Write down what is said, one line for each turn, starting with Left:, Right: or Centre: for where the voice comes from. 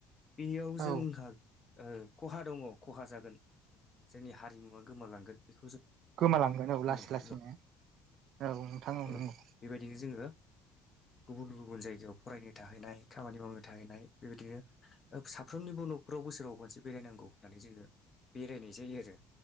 Left: बेयाव
Right: औ
Left: जोंहा ओ खहा दङ खहा जागोन जोंनि हारिमुवा गोमालांगोन बेखौ जों
Right: गोमालांगोन औ लासै
Left: नुहुरो
Right: लासैनो औ नोंथां
Left: औ
Right: नंगौ
Left: बेबायदिनो जोङो गुबुन गुबुन जायगायाव फरायनो थाहैनाय खामानि मावनो थाहैनाय बेबायदिनो साफ्रोमनिबो न'खराव बोसोराव मोनसे बेरायनांगौ होननानै जोङो बेरायनाय जायो आरो